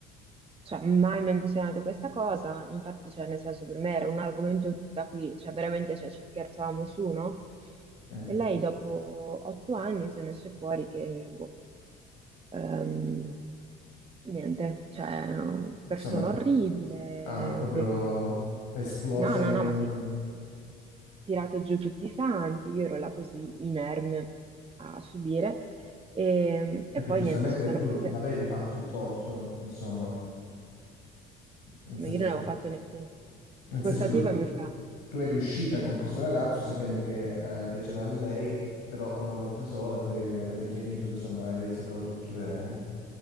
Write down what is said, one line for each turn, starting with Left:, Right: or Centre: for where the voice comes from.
Right: cioè mai menzionato questa cosa, infatti cioè, nel senso per me era un argomento da cui cioè, veramente cioè, ci scherzavamo su, no?
Left: eh,
Right: E lei dopo otto anni se ne esce fuori che, boh, ehm, niente, cioè,
Left: insomma.
Right: persona orribile,
Left: Ah, proprio
Right: devi...
Left: esplosa
Right: No, no,
Left: in
Right: no,
Left: un...
Right: ma sì, tirato giù tutti i santi, io ero là così inerme a subire e,
Left: Perché
Right: e poi
Left: giustamente
Right: niente, si sono
Left: tu
Right: prese,
Left: l'avevi fatto il torto, insomma, nel
Right: ma
Left: senso,
Right: io non avevo fatto nessuno.
Left: nel
Right: Questa
Left: senso tu,
Right: tipa mi fa,
Left: tu eri uscita con questo ragazzo sapendo che eh, piaceva a lei, però una volta sola e poi avete chiarito, insomma, lei sapeva tutto e...